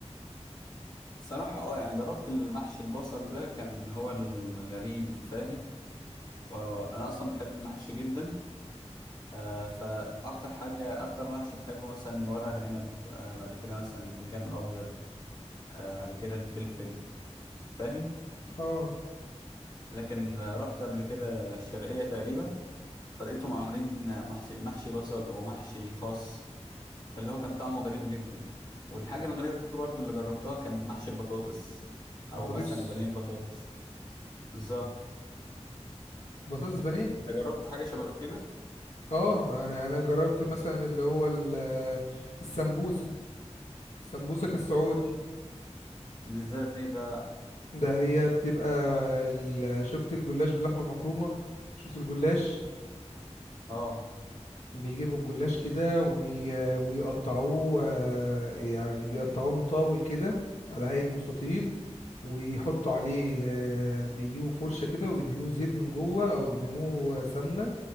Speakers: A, on the left; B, on the left.
A: بصراحه اه يعني جربت المحشي البصل ده كان هو الغريب فاهم آه، انا اصلا بحب المحشي جدا آه فاكتر حاجه اكتر محشي بحبه مثلا ورق العنب آه بعد كده مثلا البتنجان الابيض آه بعد كده الفلفل فاهم
B: اه
A: لكن رحت قبل كده الشرقية تقريبا فلقيتهم عاملين محشي محشي بصل ومحشي خاص اللي هو كان طعمه غريب جدا والحاجة الغريبة برضو اللي جربتها كان محشي البطاطس أو
B: بطاطس
A: مثلا بانيه البطاطس بالظبط
B: بطاطس بانيه
A: أنت جربت حاجة شبه كده؟
B: اه انا انا جربت مثلا اللي هو ال- السمبوسه السمبوسك السعودي
A: دي ازاي ده؟
B: ده هي بتبقى ال- شفت الجلاش باللحمه المفرومه شفت الجلاش
A: اه
B: بيجيبوا الجلاش كده وي- ويقطعوه آه، يعني بيقطعوه مطاول كده على هيئه مستطيل ويحطوا عليه آه، بيجيبوا فرشه كده ويدهنوه زيت من جوه او بيدهنوه سمنه